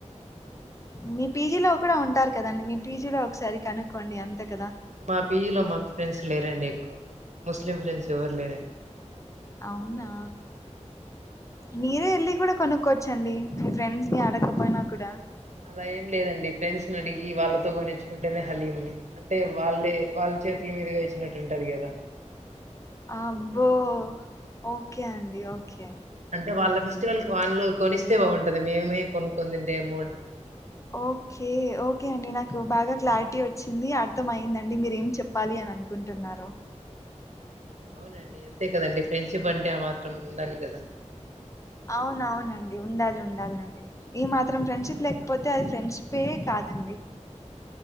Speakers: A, on the left (about 25°); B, on the right (about 70°).
A: మీ పీజీలో కూడా ఉంటారు కదండి మీ పీజీలో ఒకసారి కనుక్కోండి అంతే కదా
B: మా పీజలో మాకు ఫ్రెండ్స్ లేరండి ఎక్కువ ముస్లిం ఫ్రెండ్స్ ఎవరు లేరండి
A: అవునా మీరే వెళ్ళి కూడా కొనుక్కోవచ్చండి మీ ఫ్రెండ్స్ ని ఆడకపోయినా కూడా
B: అలా ఏం లేదండి ఫ్రెండ్స్ ని అడిగి వాళ్ళతో కొనిచ్చుకుంటేనే హలీం అంటే వాళ్ళే వాళ్ళు చే పల మీదుగా ఇచ్చినట్టుంటాది కదా
A: అబ్బో ఓకే అండి ఓకే
B: అంటే వాళ్ళ ఫెస్టివల్ వాళ్లు కొనిస్తే బాగుంటది మేమే కొనుకొని తింటే ఏం బాగుంటది
A: ఓకే ఓకే అండి నాకు బాగా క్లారిటీ వచ్చింది అర్థం అయి్యిందండి మీరు ఏం చెప్పాలి అని అనుకుంటున్నరు
B: అవునండి అంతే కదండి ఫ్రెండ్షిప్ అంటే ఆ మాత్రం ఉండాలి కదా
A: అవున అవునండి ఉండాలి ఉండాలి అండి ఈ మాత్రం ఫ్రెండ్షిప్ లేకపోతే అది ఫ్రెండ్షిపే కాదండి